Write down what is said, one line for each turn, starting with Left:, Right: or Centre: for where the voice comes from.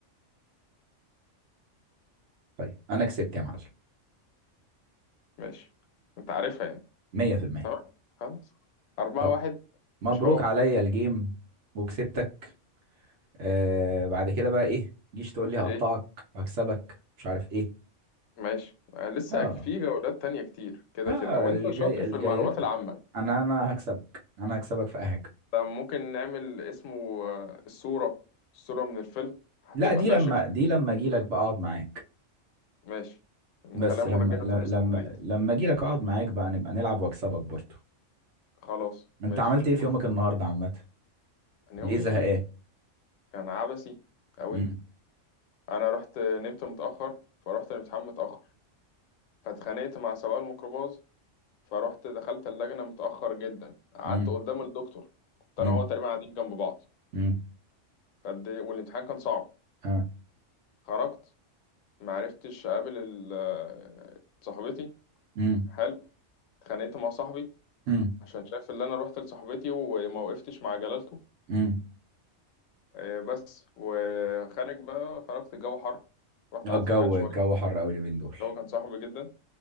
Right: طيب انا كسبت يا معلم
Left: ماشي أنت عارفها يعني
Right: 100%
Left: تمام خلاص 4
Right: يلا
Left: 1
Right: مبروك
Left: مش حوار
Right: عليا الجيم وكسبتك آه بعد كده بقى ايه جيش تقول لي هقطعك
Left: إيه
Right: هكسبك مش عارف ايه
Left: ماشي آه، لسه
Right: اه
Left: في جولات تانية كتير كده
Right: ها
Left: كده وأنت
Right: الجاي
Left: شاطر
Right: الجايات
Left: في المعلومات
Right: كده
Left: العامة
Right: انا انا
Left: ماشي.
Right: هكسبك انا هكسبك في اي حاجه
Left: طب ممكن نعمل اسمه آه، الصورة الصورة من الفيلم هتبقى
Right: لا دي
Left: فاشل
Right: لما دي لما اجي لك بقى اقعد معاك
Left: ماشي نخليها
Right: بس
Left: مرجعة
Right: لما ل-
Left: اتوبيس
Right: لما
Left: كومبليت
Right: لما اجي لك اقعد معاك بقى نبقى نلعب واكسبك برضه
Left: خلاص
Right: انت
Left: ماشي
Right: عملت ايه
Left: فل
Right: في يومك النهارده عامه
Left: أنا
Right: ليه
Left: يومي
Right: زهقان
Left: كان عبثي قوي
Right: امم
Left: انا رحت نمت متأخر فرحت الامتحان متأخر فاتخانقت مع سواق الميكروباص فرحت دخلت اللجنة متأخر جدا قعدت
Right: امم
Left: قدام الدكتور كنت
Right: امم
Left: انا وهو تقريبا قاعدين جنب بعض
Right: امم
Left: فد... والامتحان كان صعب
Right: اه
Left: خرجت معرفتش اقابل ال... صاحبتي
Right: امم
Left: حلو اتخانقت مع صاحبي
Right: امم
Left: عشان شايف اللي انا رحت لصاحبتي وما وقفتش مع جلالته
Right: امم
Left: آه، بس وخارج بقى خرجت الجو حر رحت
Right: آه،
Left: قعدت
Right: الجو
Left: في مكان شوية
Right: الجو حر قوي اليومين دول
Left: الجو كان صاحبي جدا